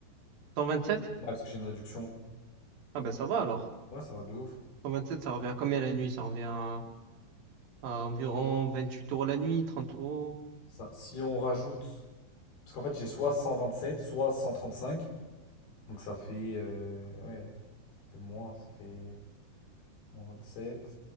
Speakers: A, on the right; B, on the left.
A: 127?
B: Ouais, parce que j'ai une réduction.
A: Ah, ben ça va alors.
B: Ouais, ça va de ouf.
A: cent vingt sept ça revient à combien la nuit? Ça revient à. à environ 28 euros la nuit, 30 euros.
B: Ça, si on rajoute. Parce qu'en fait, j'ai soit 127, soit 135. Donc ça fait. euh, Ouais, ça fait moins. Ça fait moins 27.